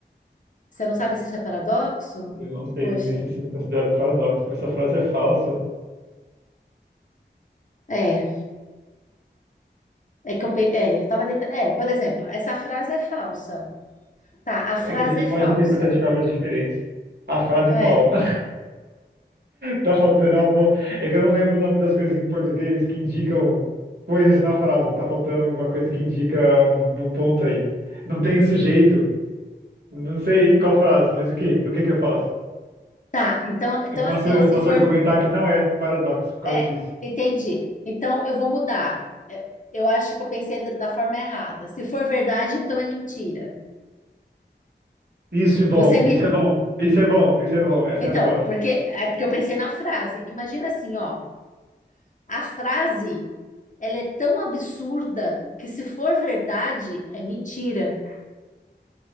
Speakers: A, on the left; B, on the right.
A: você não sabe se isso é paradoxo?
B: Eu não sei
A: Poxa,
B: dizer se isso é considerado paradoxo. Essa frase é falsa.
A: é, é que eu, pe- é, eu tava tentando, é, por exemplo, essa frase é falsa. Tá, a frase
B: É que a gente
A: é
B: pode
A: falsa.
B: interpretar de formas diferentes. A frase
A: É.
B: qual? <laughs> Tá faltando uma... bo- É que eu não lembro o nome das coisas em português que indicam coisas na frase. Tá faltando alguma coisa que indica um, um ponto aí. Não tem sujeito. Não sei qual frase, mas o quê? O que que eu faço?
A: Tá, então, então
B: Eu posso,
A: assim,
B: eu
A: ó, se
B: posso
A: for,
B: argumentar que não é paradoxo por causa
A: é,
B: disso.
A: entendi. Então eu vou mudar. É, Eu acho que eu pensei da, da forma errada. Se for verdade, então é mentira.
B: Isso é bom,
A: Você me,
B: isso é bom, isso é bom, isso é bom, essa
A: Então,
B: é boa.
A: porque é porque eu pensei na frase. Imagina assim, ó, a frase, ela é tão absurda que se for verdade, é mentira.